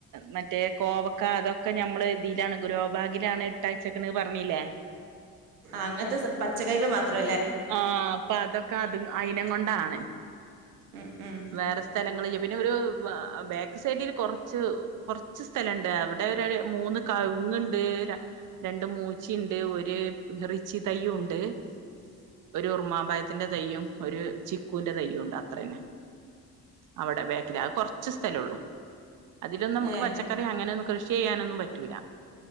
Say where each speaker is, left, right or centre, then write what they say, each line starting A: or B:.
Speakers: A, on the right; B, on the right.
A: മറ്റേ കോവക്ക അതൊക്കെ നഞമ്മൾ ഇതിയിലാണ് ഗുരോബാഗിലാണ് ഇട്ട അച്ചക്കന് പറഞ്ഞീലേ
B: അങ്ങനത്തെ പച്ചറികൾ മാത്ര
A: ആഹ അപ്പൊ അതൊക്കെ അത് അയിനം കൊണ്ടാണ്
B: ഉം, ഉം.
A: വേറെ സ്ഥലങ്ങളിൽ പിന്നെ ഒരു ബാക്ക് സൈഡില് കുറച്ച് കുറച്ച് സ്ഥലുണ്ട് അവിടെ ഒരു മൂന്ന് ക ഇങ്ങുണ്ട് രണ്ട് മൂച്ചിയുണ്ട് ഒരു റിച്ചി തയ്യു ഉണ്ട്
B: ഉ
A: ഒരു ഉർുമാമ്പായത്തിറെ തയ്യയും ഒരു ചിക്കുവിന്റെ തയ്യയും ഉണ്ട് അത്രേന്നെ അവിടെ വേക്കല കുറച്ച് സ്ഥലം ഉള്ളൂ അതിലന്നും നമുക്ക്
B: ഏ
A: പച്ചക്കറി അങ്ങനെയൊന്നും കൃഷി ചെയ്യാനൊന്നും പറ്റൂല